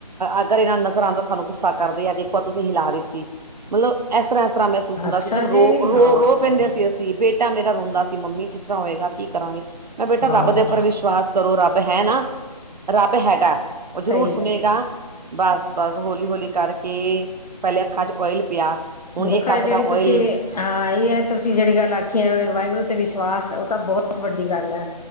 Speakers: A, on the right; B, on the left.
A: ਅਗਰ ਇਹਨਾਂ ਨਾਲ ਨਜ਼ਰ ਆਉਂਦਾ ਤੁਹਾਨੂੰ ਗੁੱਸਾ ਕਰਦੇ ਆ ਦੇਖੋ ਆ ਤੁਸੀਂ ਹਿਲਾ ਦਿੱਤੀ ਮਤਲਬ ਇਸ ਤਰ੍ਹਾਂ ਮਹਿਸੂਸ ਹੁੰਦਾ
B: ਅੱਛਾ
A: ਸੀ ਤੇ ਰੋ
B: ਜੀ ਹਾਂ
A: ਰੋ ਰੋ ਪੈਂਦੇ ਸੀ, ਅਸੀਂ ਬੇਟਾ ਮੇਰਾ ਰੋਂਦਾ ਸੀ ਮੰਮੀ ਤ ਤਰਾ ਹੋਏਗਾ ਕੀ ਕਰਾਂਗੇ ਮੈਂ ਬੇਟਾ
B: ਹਾਂ
A: ਰੱਬ ਦੇ ਉੱਪਰ ਵਿਸ਼ਵਾਸ ਕਰੋ ਰੱਬ ਹੈ ਨਾ ਰੱਬ ਹੈਗਾ। ਉਹ ਜ਼ਰੂਰ
B: ਸਹੀ
A: ਸੁਣੇਗਾ।
B: ਗੱਲ ਹੈ
A: ਬਸ ਬਸ ਹੌਲੀ ਹੌਲੀ ਕਰਕੇ ਪਹਿਲੇ ਅੱਖਾਂ ਚ ਓਇਲ ਪਿਆ। ਹੁਣ
B: ਦੇਖੋ
A: ਇੱਕ
B: ਹੈ।
A: ਅੱਖ
B: ਜਿਹੜੀ
A: ਦਾ ਓਇਲ
B: ਤੁਸੀਂ ਹਾਂ ਇਹ ਹੈ ਤੁਸੀਂ ਜਿਹੜੀ ਗੱਲ ਆਖੀ ਹੈ। ਵਾਹਿਗੁਰੂ ਤੇ ਵਿਸ਼ਵਾਸ ਤਾਂ ਬਹੁਤ ਵੱਡੀ ਗੱਲ ਹੈ।